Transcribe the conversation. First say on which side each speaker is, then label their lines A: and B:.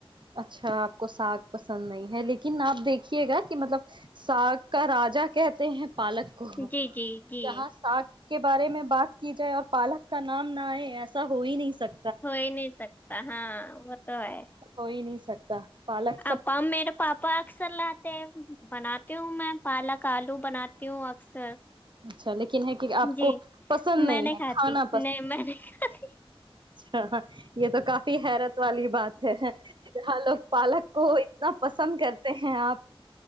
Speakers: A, on the right; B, on the left.
A: اچھا آپ کو ساگ پسند نہیں ہے لیکن آپ دیکھیے گا کہ مطلب ساگ کا راجا کہتے ہیں پالک کو جہاں
B: جی جی جی
A: ساگ کے بارے میں بات کی جائے اور پالک کا نام نہ آئے ایسا ہو ہی نہیں سکتا
B: ہوئی نہیں سکتا ہاں وہ تو ہے
A: کوئی نہیں سکتا پالک سب
B: آپا میرے پاپا س لاتے بناتی ہوں میں پالک آلو بناتی ہوں اکثر
A: اچھا لیکن ہے کہ آپ
B: جی
A: کو پسند
B: میں نہیں
A: ہے
B: کھاتی
A: کھانا
B: نہیں میں نہیں کھاتی
A: ہاں <inaudible> یہ تو کافی حیرت والی بات ہے یہ ہاں لوگ پالک کو اتنا پسند کرتے ہیں آپ